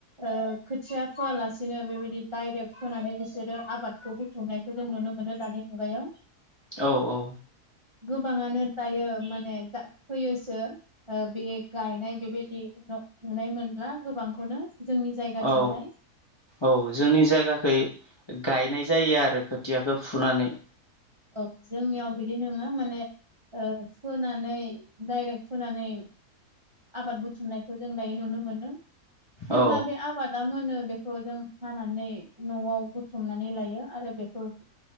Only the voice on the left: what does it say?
औ औ
औ औ जोंनि जायगाखै गायनाय जायो आरो। खोथियाखौ फुनानै
औ